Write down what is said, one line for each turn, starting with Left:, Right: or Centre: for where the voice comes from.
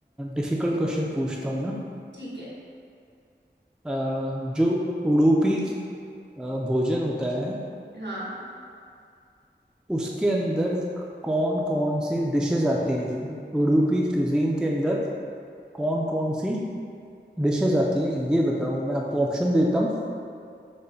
Centre: डिफिकल्ट क्वेश्चन पूछता हूँ ना
Right: ठीक है
Centre: अ, जो उडुपी अ, भोजन होता है
Right: हाँ
Centre: उसके अंदर कौन कौन सी डिशेस आती है मतलब उडुपी क्यूजीन के अंदर कौन कौन सी डिशेस आती है ये बताओ मैं आपको ऑप्शन देता हूँ